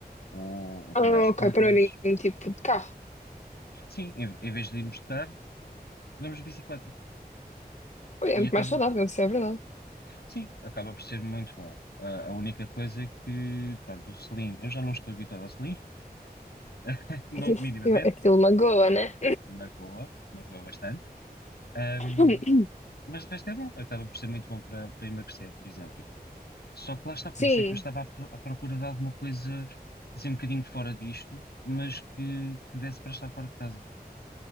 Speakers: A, on the left; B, on the left.
A: ou, ou
B: Ah,
A: para ir às compras.
B: ok, para mim, tipo, de carro.
A: Sim, em, em vez de irmos de carro, vamos de bicicleta.
B: Olha, é
A: E
B: muito
A: acaba,
B: mais saudável, isso é verdade.
A: sim, acaba por ser muito bom. Ah, a única coisa é que, pronto, o selim, eu já não estou habituado ao selim, <laughs> não
B: <laughs>
A: minimamente,
B: Eu- Aquilo magoa, né?
A: magoa, magoa bastante. Hum,
B: <laughs>
A: Mas o resto é bom, acaba por ser muito bom para, para emagrecer, por exemplo. Só que lá está, por
B: Sim.
A: isso é que eu estava à, pro- à procura de alguma coisa assim um bocadinho fora disto, mas que, que desse para estar fora de casa.